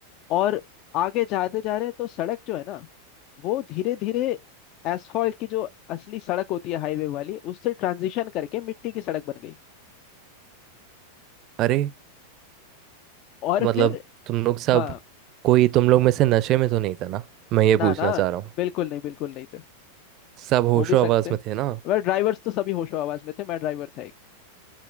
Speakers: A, on the left; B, on the right.
A: और आगे जाते जा रहे हैं तो सड़क जो है ना वो धीरे धीरे एसफॉल्ट की जो असली सड़क होती है हाईवे वाली उससे ट्रांजिशन करके मिट्टी की सड़क बन गई
B: अरे
A: और
B: मतलब
A: फिर
B: तुम लोग सब
A: हाँ
B: कोई तुम लोग में से नशे में तो नहीं था ना मैं ये
A: ना
B: पूछना
A: ना
B: चाह रहा हूँ
A: बिल्कुल नहीं बिल्कुल नहीं थे।
B: सब होशो
A: हो भी सकते
B: आवाज
A: हैं
B: में थे ना
A: वह ड्राइवर्स तो सभी होशो आवाज में थे मैं ड्राइवर था एक